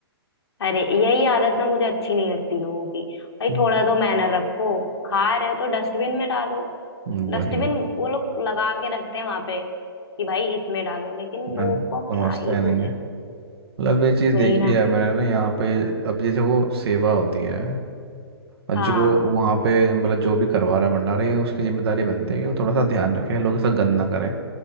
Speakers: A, on the left; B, on the right.
A: अरे यही आदत ना मुझे अच्छी नहीं लगती लोगों की भाई
B: वही।
A: थोड़ा तो मैनर रखो खा रहे हो तो डस्टबिन में डालो
B: हम्म,
A: डस्टबिन
B: वही
A: वो लोग लगा के रखते हैं वहां पे कि भाई इसमें डालो लेकिन लोगों
B: मैं
A: को
B: समझता
A: क्या ही
B: ही नहीं
A: बोले
B: है मतलब ये चीज़
A: वही
B: देखी
A: ना
B: है मैंने ना यहाँ पे अब जैसे वो सेवा होती है और
A: हाँ
B: जो वहाँ पे मतलब जो भी करवा रहा है भंडारा ये उसकी जिम्मेदारी बनती है कि वो थोड़ा सा ध्यान रखे लोग ऐसा गंद ना करें